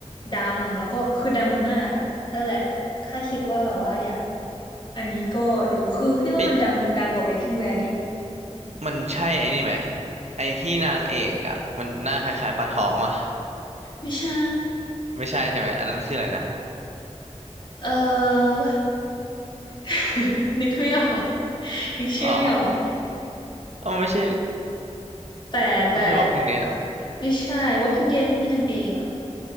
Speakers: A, on the left; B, on the right.
A: ดังแล้วก็คือดังมากอะนั่นแหละถ้าคิดว่าแบบว่าอยาก อันนี้ก็ดูคือพี่ว่ามันดังดังกว่า
B: เอ้ย
A: Breaking Bad อีก
B: มันใช่ไอ้นี่ไหมไอ้ที่นางเอกอ่ะมันหน้าคล้ายๆปลาทองวะ
A: ไม่ใช่
B: ไม่ใช่ใช่ไหมอันนั้นคืออะไรนะ
A: เออ <laughs> นึกไม่ออกนึกชื่อไม่ออก
B: อ๋ออ๋อไม่ใช่
A: แต่แต่
B: ไม่ใช่ Walking Dead หรอ
A: ไม่ใช่ Walking Dead ไม่มีนางเอกอ่ะ